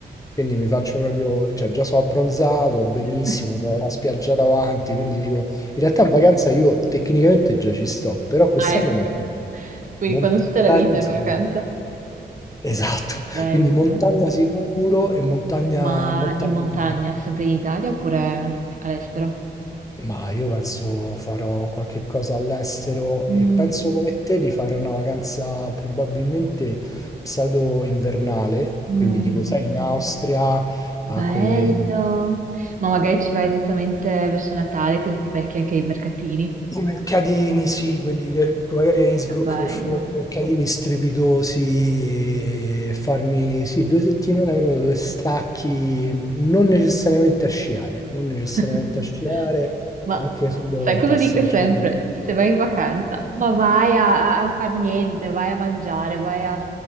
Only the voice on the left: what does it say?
quindi mi faccio proprio, cioè già sono abbronzato, benissimo,
ho la spiaggia davanti, quindi dico, in realtà in vacanza io tecnicamente già ci sto, però quest'anno
montagna,
montagna
sicuro.
Esatto,
quindi montagna sicuro e montagna
montagna
ma io penso farò qualche cosa all'estero
e penso come te di fare una vacanza probabilmente pseudo invernale,
quindi tipo sai in Austria
a quelle
I mercatini, sì, quelli che che magari a Innsbruck
che fanno quei mercatini strepitosi, e farmi sì, due settimane proprio dove stacchi, non necessariamente a sciare, non necessariamente
a sciare,
anche solo
passeggiare.